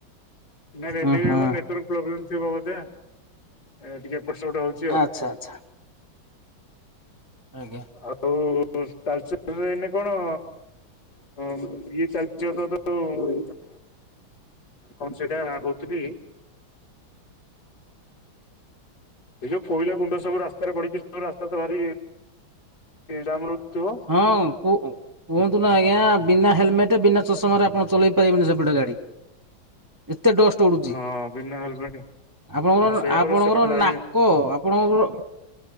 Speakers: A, on the left (about 50°); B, on the right (about 20°).
A: ନା <unintelligible> ନେଟୱର୍କ
B: ଉଁ ହୁଁ
A: ପ୍ରୋବଲେମ୍ ଥିବ ବୋଧେ ଆଁ ଟିକେ ଏପଟ ସେପଟ ହଉଛ
B: ଆଚ୍ଛା ଆଚ୍ଛା ଆଜ୍ଞା
A: ଆଉ ତାଳଚେର <unintelligible> କଣ? ହଁ ଇଏ <unintelligible> କନ ସେଇଟା କହୁଥିଲି ଏ ଯୋଉ କୋଇଲା ଗୁଣ୍ଡ ସବୁ ରାସ୍ତାରେ ପଡ଼ଛିି ସବୁ ରାସ୍ତା ତ ଭାରି ଜାମ ରହୁଥିବ?
B: ହଁ କୁଉ କୁହନ୍ତୁ ନା ଆଜ୍ଞା ବିନା ହେଲମେଟ ବିନା ଚଷମାରେ ଆପଣ ଚଳେଇ ପାରିବେନି ସେପଟେ ଗାଡି। ଏତେ ଡଷ୍ଟ ଉଡୁଚି
A: ହଁ ବିନା ହେଲମେଟ
B: ଆପଣଙ୍କର
A: ହଁ ସେଇଆ
B: ଆପଣଙ୍କର
A: ପରା ସେ ଗୋଟେ ଲାଇନ
B: ନାକ ଆପଣଙ୍କର